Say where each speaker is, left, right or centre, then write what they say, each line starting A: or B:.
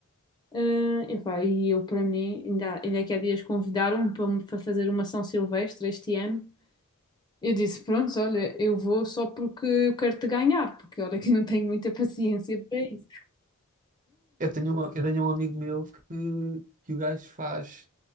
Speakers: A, on the left; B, on the right.
A: Ah, e pá, e eu, para mim, ainda, ainda que há dias convidaram-me para me fa- fazer uma São Silvestre este ano. Eu disse, pronto, olha, eu vou só porque eu quero te ganhar, porque olha que eu não tenho muita paciência para isso.
B: Eu tenho um, eu tenho um amigo meu que, que o gajo faz,